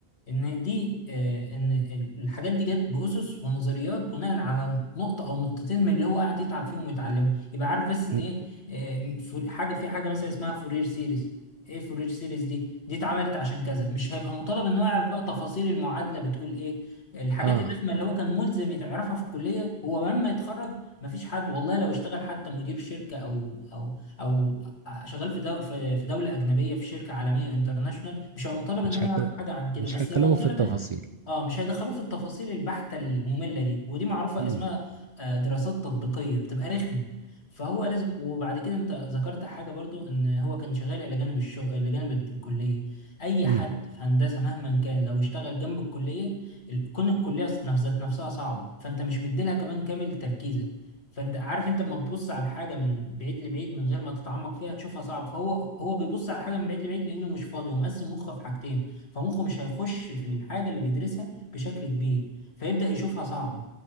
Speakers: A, on the left; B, on the right.
A: ان دي آه، ان ال- الحاجات دي جت باسس ونظريات بناء على نقطه او نقطتين من اللي هو قاعد يتعب فيهم ويتعلمه يبقى عارف بس ان
B: مم.
A: ايه آه، فور- حاجه في حاجه مثلا اسمها فورير سيريز ايه فورير سيريز دي دي اتعملت عشان كذا مش هيبقى مطالب ان هو يعرف بقى تفاصيل المعادله بتقول ايه الحاجات
B: اه
A: الرخمه اللي هو كان ملزم يعرفها في الكليه هو لما يتخرج مفيش حد والله لو اشتغل حتى مدير شركه او او او شغال في دو في في دوله اجنبيه في شركه عالميه انترناشونال مش هيبقى مطالب
B: مش
A: ان هو
B: هيك
A: يعرف حاجه عن كده
B: مش
A: بس
B: هيكلموا
A: هيبقى مطالب
B: في التفاصيل
A: إن- اه مش هيدخلوه في التفاصيل البحته الممله دي ودي معروفه
B: امم
A: اسمها آه، دراسات تطبيقيه بتبقى رخمه فهو لازم وبعد كده انت ذكرت حاجه برضو ان هو كان شغال الى جانب الشغل الى جانب الكليه اي
B: امم
A: حد في هندسه مهما كان لو اشتغل جنب الكليه ال- كون الكليه نفس- ذات نفسها صعبه فانت مش مديلها كمان كامل تركيزك فانت عارف انت لما تبص على الحاجه من بعيد لبعيد من غير ما تتعمق فيها تشوفها صعب فهو هو بيبص على الحاجه من بعيد لبعيد لانه مش فاضي هو مقسم مخه في حاجتين فمخه مش هيخش في الحاجه اللي بيدرسها بشكل كبير فيبدا يشوفها صعبه